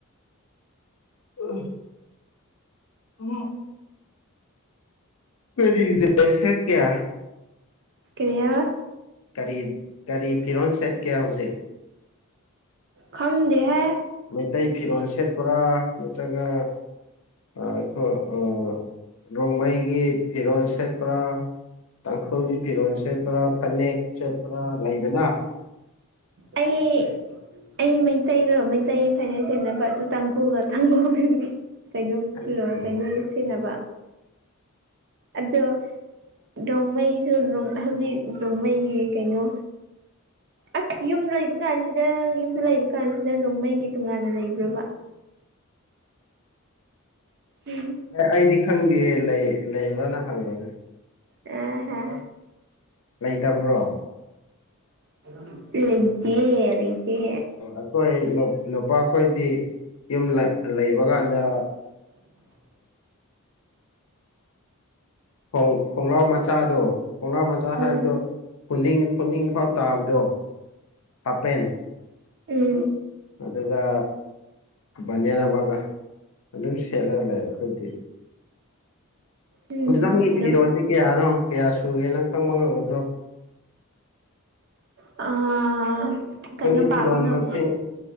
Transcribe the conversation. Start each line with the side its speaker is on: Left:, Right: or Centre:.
Left: ꯎꯝ <unintelligible> ꯀꯔꯤ <inaudible> ꯁꯦꯠ ꯀ‌ꯦ
Right: ꯀꯔꯤ ꯍꯥꯏꯕ
Left: ꯀꯔꯤ ꯀꯔꯤ ꯐꯤꯔꯣꯟ ꯁꯦꯠꯀꯦ ꯍꯧꯖꯤꯛ
Right: ꯈꯪꯗꯦꯍꯦ
Left: ꯃꯩꯇꯩ ꯐꯤꯔꯣꯟ ꯁꯦꯠꯄ꯭ꯔꯥ ꯅꯠꯇ꯭ꯔꯒ ꯑ ꯈꯣꯏ ꯑ ꯔꯣꯡꯃꯩꯒꯤ ꯐꯤꯔꯣꯟ ꯁꯦꯠꯄ꯭ꯔꯥ ꯇꯥꯡꯈꯨꯜꯒꯤ ꯐꯤꯔꯣꯟ ꯁꯦꯠꯄ꯭ꯔꯥ ꯐꯅꯦꯛ ꯁꯦꯠꯄ꯭ꯔꯥ ꯂꯩꯗꯅ
Right: ꯑꯩ ꯑꯩ ꯃꯩꯇꯩꯔ‌ꯣ ꯃꯩꯇꯩ ꯐꯅ‌ꯦꯛ ꯁ‌ꯦꯠꯅꯕ ꯑꯗꯨ ꯇꯥꯡꯈꯨꯜꯒ <unintelligible> ꯀꯩꯅꯣ
Left: ꯑꯦ
Right: ꯀ ꯀꯩꯅꯣ ꯁꯦꯠꯅꯕ ꯑꯗꯣ ꯔ‌ꯣꯡꯃꯩꯁꯨ ꯔ‌ꯣꯡ ꯍꯧꯖꯤꯛ ꯔ‌ꯣꯡꯃꯩꯒꯤ ꯀꯩꯅꯣ ꯑꯁ ꯌꯨꯝ ꯂꯩꯕ ꯀꯥꯟꯁꯤꯗ ꯌꯨꯝꯗ ꯂꯩꯕ ꯀꯥꯟꯁꯤꯗ ꯔ‌ꯣꯡꯃꯩꯒꯤ ꯇꯣꯉꯥꯟꯅ ꯂꯩꯕ꯭ꯔ‌ꯣꯕ ꯎꯝ
Left: ꯑꯦ ꯑꯩꯗꯤ ꯈꯪꯗꯤꯌ‌ꯦ ꯂꯩ ꯂꯩꯕ꯭ꯔꯅ ꯍꯪꯕꯅ‌ꯦ
Right: ꯑꯦ ꯍꯥ
Left: ꯂꯩꯇꯕ꯭ꯔꯣ
Right: <unintelligible> ꯂꯩꯇ‌ꯦꯌ‌ꯦ ꯂꯩꯇꯦ
Left: ꯑꯈꯣꯏ ꯅꯨ ꯅꯨꯄꯥꯈꯣꯏꯗꯤ ꯌꯨꯝ ꯂ ꯂꯩꯕ ꯀꯥꯟꯗ
Right: ꯎꯝ
Left: ꯈ‌ꯣꯡ ꯈꯣꯡꯔꯥꯎ ꯃꯆꯥꯗꯣ ꯈꯣꯡꯔꯥꯎ ꯃꯆꯥ
Right: ꯎꯝ
Left: ꯍꯥꯏꯕꯗꯣ ꯈꯨꯅꯤꯡ ꯈꯨꯅꯤꯡꯐꯥꯎ ꯇꯥꯕꯗꯣ ꯍꯥꯄꯦꯟ
Right: ꯎꯝ
Left: ꯑꯗꯨꯒ ꯚꯅ‌ꯦꯜ ꯑꯃꯒ ꯑꯗꯨꯝ ꯁꯦꯠꯂꯒ ꯂꯩ ꯑꯈꯣꯏꯗꯤ
Right: ꯎꯝ
Left: ꯍꯨꯖꯤꯛ ꯅꯪꯒꯤ
Right: ꯎꯝ
Left: ꯐꯤꯔꯣꯟꯗꯤ ꯀꯌꯥꯅꯣ ꯀꯌꯥ ꯁꯨꯌ‌ꯦ ꯅꯪ ꯈꯪꯕ ꯉꯝꯒꯗ꯭ꯔꯣ
Right: ꯑꯥ ꯀꯩꯅꯣ
Left: ꯅꯪꯒꯤ ꯐꯤꯔꯣꯟ
Right: ꯄꯥꯕ ꯉꯝ
Left: ꯃꯁꯤꯡ